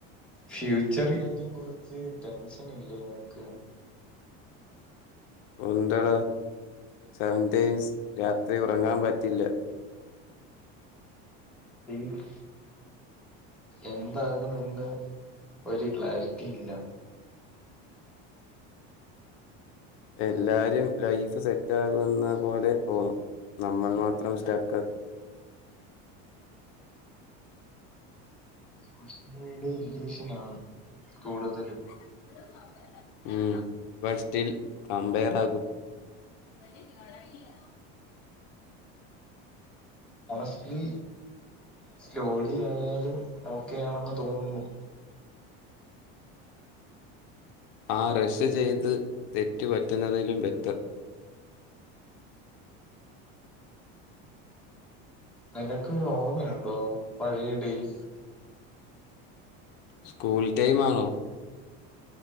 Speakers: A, in the centre; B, on the left.
A: ഫ്യൂച്ചർ കാര്യം കൊറച്ച് ടെൻഷൻ ഇല്ലേ നിനക്ക്..
B: ഉണ്ടട സം ടൈംസ് രാത്രി ഉറങ്ങാൻ പറ്റില്ല..
A: റീൽസ് എന്താകുമെന്ന് ഒരു ക്ലാരിറ്റി ഇല്ല..
B: എല്ലാരും ലൈഫ് സെറ്റാകുന്ന പോലെ തോന്നും. നമ്മൾ മാത്രം സ്റ്റക്ക്..
A: സോഷ്യൽമീഡിയ ഇല്ലൂഷനാണ്. കൂടുതലും
B: <inaudible> ഉം. ഇപ്പ സ്റ്റിൽ കമ്പയർ ആകും.. <inaudible>
A: ഹോണസ്റ്റ്ലി സ്ലോലി ആയാലും ഓക്കെയണെന്ന് തോന്നുന്നു.
B: ആഹ് റെഷ് ചെയ്ത് തെറ്റ് പറ്റുന്നതിലും ബെറ്റർ.
A: നിനക്ക് ഓർമ്മയുണ്ടോ പഴയ ഡൈസ്.
B: സ്കൂൾ ടൈംമാണോ.